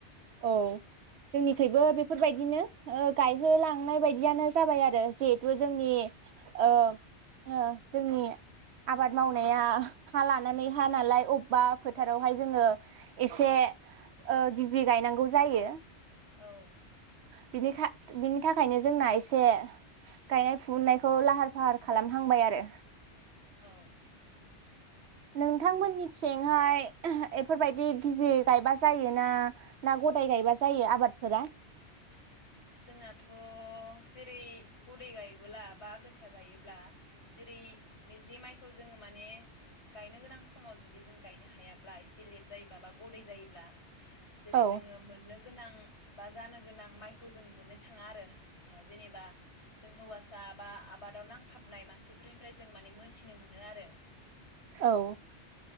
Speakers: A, on the right; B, on the left.
A: औ जोंनिखैबो बेफोरबायदिनो ओ गायहोलांनाय बायदियानो जाबाय आरो जेहे थु जोंनि ओ ओ जोंनि आबाद मावनाया हा लानानै हा नालाय अब बा फोथारावहाय
B: औ
A: जोङो एसे ओ गि बि गायनांगौ जायो।
B: औ
A: बिनिखा बिनि थाखायनो जोंना एसे गायनाय फुनायखौ लाहार फाहार खालामहांबाय आरो
B: औ
A: नोंथांमोननिथिंहाय एफोरबायदि गिबि गायबा जायो ना ना गदाय गायबा जायो आबादफोरा?
B: जोंनाथ' जेरै गदै गायबोला बा आगोथिया गायो ब्ला जेरै मिजि माइखौ जोङो माने गायनो गोनां समाव जुदि जों गायनो हायाब्ला एसे लेट जायोबा बा गदै जायोब्ला जेरै
A: औ
B: जोङो मोननो गोनां बा जानो गोनां माइ खौ जों मोननो थाङा आरो ओ जेनेबा जों हौवासा बा आबादाव नांथाबनाय मानसिफोरनिफ्राय जों माने मोनथिनो मोनो आरो
A: औ